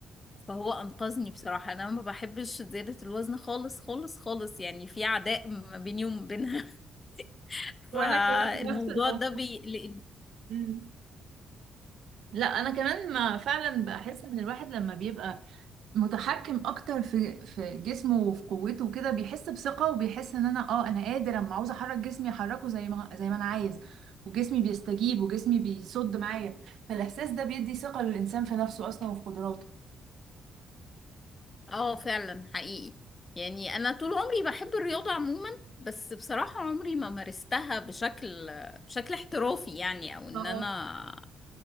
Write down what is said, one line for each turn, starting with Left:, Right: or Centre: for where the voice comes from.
Left: فهو انقذني بصراحة انا ما بحبش زيادة الوزن خالص خالص خالص يعني في عداء ما بيني وما بينها <laughs>
Right: وانا
Left: فالموضوع
Right: كمان نفس الموضوع
Left: ده بيقلقني
Right: مم. لا انا كمان ما فعلا بحس ان الواحد لما بيبقى متحكم اكتر في في جسمه وفي قوته وكده بيحس بثقة وبيحس ان انا اه انا قادر اما عاوز احرك جسمي احركه زي ما زي ما انا عايز وجسمي بيستجيب وجسمي بيصد معايا فالاحساس ده بيدي ثقة للانسان في نفسه اصلا وفي قدراته
Left: اه فعلا حقيقي يعني انا طول عمري بحب الرياضة عموما بس بصراحة عمري ما مارستها بشكل بشكل احترافي يعني او ان
Right: اه
Left: انا